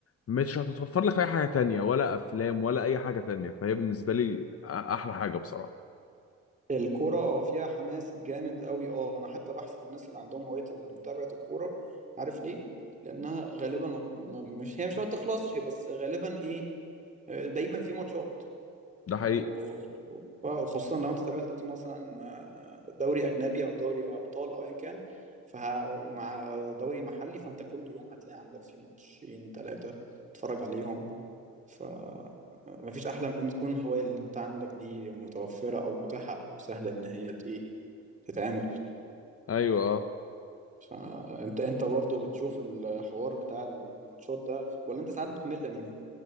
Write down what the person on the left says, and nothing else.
مش هتتوفر لك في أي حاجة تانية ولا أفلام ولا أي حاجة تانية فهي بالنسبة لي أ- أحلى حاجة بصراحة
ده حقيقي
أيوة أه